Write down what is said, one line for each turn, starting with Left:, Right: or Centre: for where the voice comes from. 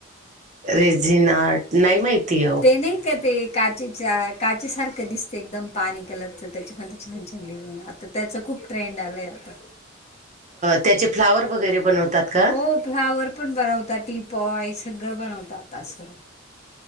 Right: रेझीन आर्ट नाही माहिती आहे आओ?
Left: ते नाही का, ते काचेचा काचे सारखं दिसत, एकदम पाणी कलरच त्याच्या पण ते छान-छान डिझाईन आता. त्याचं खूप ट्रेंड आला आहे आता.
Right: त्याचे फ्लावर वगैरे बनवतात का?
Left: हो फ्लावर पण बनवतात. टीपवाय सगळं बनवतात. आता असं